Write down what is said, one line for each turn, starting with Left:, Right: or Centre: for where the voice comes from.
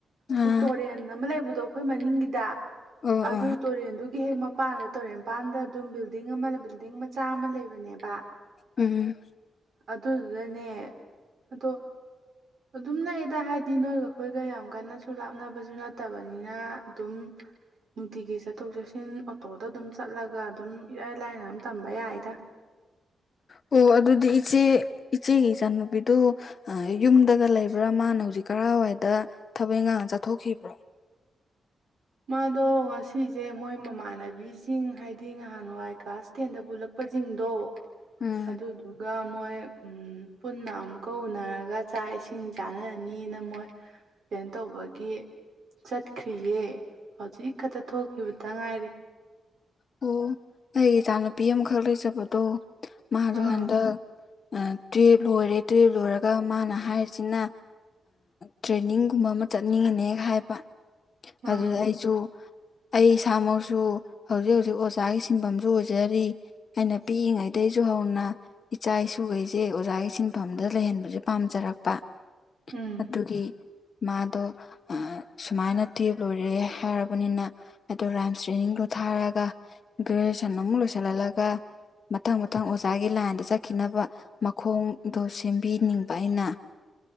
Left: ꯑꯥ
Right: ꯁꯤ ꯇꯣꯔꯦꯟ ꯑꯃ ꯂꯩꯕꯗ ꯑꯩꯈꯣꯏ ꯃꯅꯤꯡꯒꯤꯗ
Left: ꯑꯣ
Right: ꯑꯗꯨ
Left: ꯑꯣ
Right: ꯇꯨꯔꯦꯟꯗꯨꯒꯤ ꯒꯤ ꯍꯦꯛ ꯃꯄꯥꯟꯗ ꯇꯣꯔꯦꯜ ꯃꯄꯥꯟꯗ ꯑꯗꯨꯝ ꯕꯤꯜꯗꯤꯡ ꯑꯃ ꯕꯤꯜꯗꯤꯡ ꯃꯆꯥ ꯑꯃ ꯂꯩꯕꯅꯦꯕ
Left: ꯎꯝ
Right: ꯑꯗꯨꯗꯅꯦ ꯑꯗꯣ ꯑꯗꯨꯝ ꯅꯛꯑꯦꯗ ꯍꯥꯏꯗꯤ ꯅꯣꯏꯒ ꯑꯩꯈꯣꯏꯒ ꯌꯥꯝ ꯀꯟꯅꯁꯨ ꯂꯥꯞꯅꯕꯁꯨ ꯅꯠꯇꯕꯅꯤꯅ ꯑꯗꯨꯝ ꯅꯨꯡꯇꯤꯒꯤ ꯆꯠꯊꯣꯛ ꯆꯠꯁꯤꯟ ꯊꯤꯟ ꯑꯣꯇꯣꯗ ꯑꯗꯨꯝ ꯆꯠꯂꯒ ꯑꯗꯨꯝ ꯏꯔꯥꯏ ꯂꯥꯏꯅ ꯑꯗꯨꯝ ꯇꯝꯕ ꯌꯥꯏꯗ
Left: ꯍ ꯏꯆꯦ ꯏꯆꯦꯒꯤ ꯏꯆꯥꯅꯨꯄꯤꯗꯨ ꯌꯨꯝꯗꯒ ꯂꯩꯕ꯭ꯔꯥ ꯃꯥꯅ ꯍꯧꯖꯤꯛ ꯀꯔꯋꯥꯏꯗ ꯊꯕꯛ ꯉꯥꯡ ꯆꯠꯊꯣꯛꯈꯤꯕ꯭ꯔꯣ
Right: ꯃꯥꯗꯣ ꯉꯁꯤꯁꯦ ꯃꯣꯏ ꯃꯃꯥꯟꯅꯕꯤꯁꯤꯡ ꯍꯥꯏꯗꯤ ꯅꯍꯥꯟꯋꯥꯏ ꯀ꯭ꯂꯥꯁ ꯇꯦꯟꯗ ꯄꯨꯜꯂꯛꯄꯁꯤꯡ ꯇꯣ
Left: ꯎꯝ
Right: ꯑꯗꯨꯗꯨꯒ ꯃꯣꯏ ꯄꯨꯟꯅ ꯑꯃꯨꯛꯀ ꯎꯅꯔꯒ ꯆꯥꯛ ꯏꯁꯤꯡ ꯆꯥꯅꯔꯅꯤꯅ ꯃꯣꯏ ꯀꯩꯅ ꯇꯧꯕꯒꯤ ꯆꯠꯈ꯭ꯔꯤꯌꯦ ꯍꯧꯖꯤꯛ ꯈꯛꯇ ꯊꯣꯛꯈꯤꯕꯇ ꯉꯥꯏꯔꯤ
Left: ꯑꯣ ꯑꯩꯒꯤ ꯏꯆꯥꯅꯨꯄꯤ ꯑꯃꯈꯛ ꯂꯩꯖꯕꯗꯣ ꯃꯥꯁꯨ
Right: ꯑꯥ
Left: ꯍꯟꯗꯛ ꯇꯨꯌꯦꯜꯞ ꯂꯣꯏꯔꯦ ꯇꯨꯌꯦꯜꯞ ꯂꯣꯏꯔꯒ ꯃꯥꯅ ꯍꯥꯏꯔꯤꯁꯤꯅ ꯇ꯭ꯔꯦꯅꯤꯡꯒꯨꯝꯕ ꯑꯃ ꯆꯠꯅꯤꯡꯉꯅꯦ ꯍꯥꯏꯕ
Right: ꯑꯥ
Left: ꯑꯗꯨꯗ ꯑꯩꯁꯨ ꯑꯩ ꯏꯁꯥꯃꯛꯁꯨ ꯍꯧꯖꯤꯛ ꯍꯧꯖꯤꯛ ꯑꯣꯖꯥꯒꯤ ꯁꯤꯟꯐꯝꯁꯨ ꯑꯣꯏꯖꯔꯤ ꯑꯩꯅ ꯄꯤꯛꯏꯉꯩꯗꯒꯤꯁꯨ ꯍꯧꯅ ꯏꯆꯥ ꯏꯁꯨ ꯑꯩꯈꯣꯏꯁꯦ ꯑꯣꯖꯥꯒꯤ ꯁꯤꯟꯐꯝꯗ ꯂꯩꯍꯟꯕꯁꯦ ꯄꯥꯝꯖꯔꯛꯄ
Right: ꯎꯝ
Left: ꯑꯗꯨꯒꯤ ꯃꯥꯗꯣ ꯁꯨꯃꯥꯏꯅ ꯇꯦꯞ ꯂꯣꯏꯔꯦ ꯍꯥꯏꯔꯕꯅꯤꯅ ꯑꯗꯣ ꯔꯥꯏꯝꯁ ꯇꯦꯅꯤꯡꯗꯣ ꯊꯥꯔꯒ ꯒ꯭ꯔꯦꯖꯨꯌꯦꯦꯁꯟ ꯑꯃꯨꯛ ꯂꯣꯏꯁꯤꯜꯍꯜꯂꯒ ꯃꯊꯪ ꯃꯊꯪ ꯑꯣꯖꯥꯒꯤ ꯂꯥꯏꯟꯗ ꯆꯠꯈꯤꯅꯕ ꯃꯈꯣꯡꯗꯣ ꯁꯦꯝꯕꯤꯅꯤꯡꯕ ꯑꯩꯅ <unintelligible>